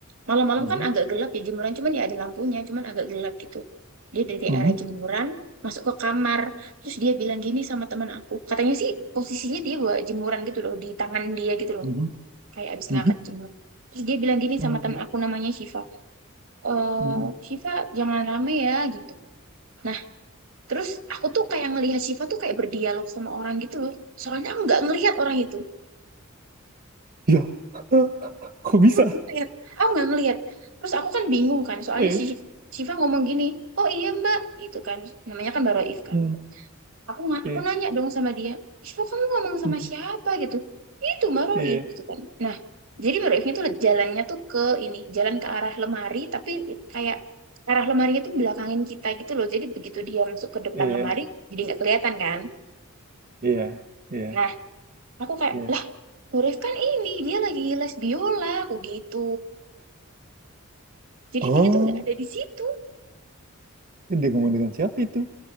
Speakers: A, on the right; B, on the right.
A: Malam-malam
B: Mhm.
A: kan agak gelap ya jemuran, cuman ya ada lampunya, cuman agak gelap gitu. Dia dari
B: Mhm.
A: arah jemuran masuk ke kamar, terus dia bilang gini sama teman aku. Katanya sih posisinya dia bawa jemuran gitu loh di tangan dia gitu
B: Mhm.
A: loh, kayak abis
B: Mhm.
A: ngangkat jemuran. Terus dia bilang gini
B: Mhm.
A: sama teman aku namanya Syifa. Eh,
B: Mhm.
A: Syifa jangan rame ya gitu. Nah, terus aku tuh kayak ngelihat Syifa tuh kayak berdialog sama orang gitu loh. Soalnya aku nggak ngelihat orang itu.
B: Ya, <laughs> kok
A: aku
B: bisa?
A: nggak ngeliat aku nggak ngeliat terus aku kan bingung kan soalnya
B: Iya.
A: si Syifa, Syifa ngomong gini oh iya mbak gitu kan namanya kan Baroif kan
B: Mhm.
A: aku nga-
B: Iya.
A: aku nanya dong sama dia Syifa kamu ngomong sama
B: Mhm.
A: siapa gitu itu Baroif
B: Iya.
A: gitu kan nah jadi Baroifnya tuh jalannya tuh ke ini jalan ke arah lemari tapi kayak arah lemarinya tuh belakangin kita gitu loh jadi begitu dia masuk ke depan
B: Iya.
A: lemari jadi nggak kelihatan kan
B: Iya. Iya.
A: nah aku kayak
B: Iya.
A: lah Baroif kan ini dia lagi les biola aku gitu jadi
B: Oh,
A: dia tuh nggak ada di situ
B: dia ngomong dengan siapa itu?